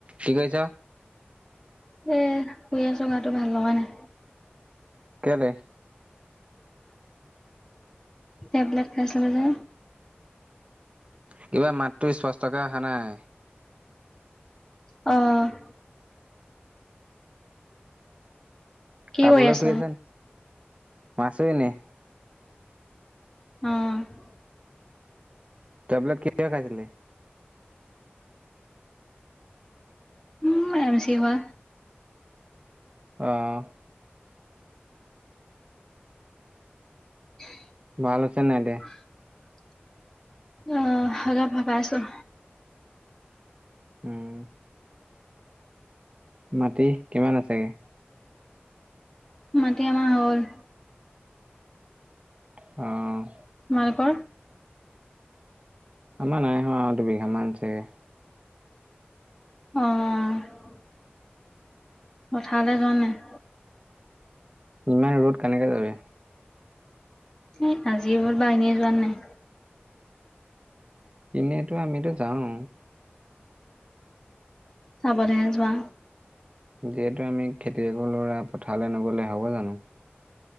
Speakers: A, on the right; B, on the left.
A: কি কৈছ?
B: এ শুই আছোঁ গাটো ভাল লগা নাই।
A: কেলে।
B: টেবলেট খাইছিলোঁ যে।
A: কিবা মাতটো স্পষ্টকে অহা নাই।
B: অ'। কি
A: কাবলে
B: কৰি আছ
A: শুই আছা নি, আছো এনেই।
B: অ'।
A: টেবলেট কেতিয়া খাইছিলি?
B: উম এম চি হোৱা।
A: অ'।
B: <inaudible>
A: ভাল হৈছে নাই এতিয়া।
B: <inaudible> অ' অলপ ভাল পাইছোঁ।
A: উম। মাটি কিমান আছেগে?
B: মাটি আমাৰ হল।
A: অ'।
B: তোমালোকৰ?
A: আমাৰ নাই হোৱা আৰু দুবিঘামান আছে গে।
B: অ' পথাৰলে যোৱা নাই?
A: ইমান ৰ'দ কেনেকে যাবি।
B: এই আজি ৰ'দ বাৰু, এনে যোৱা নাই?
A: এনেইতো আমিতো যাওঁ।
B: চাবলে হে যোৱা।
A: যিহেতু আমি খেতিয়কৰ ল'ৰা পথাৰলে নগলে হ'ব জানো।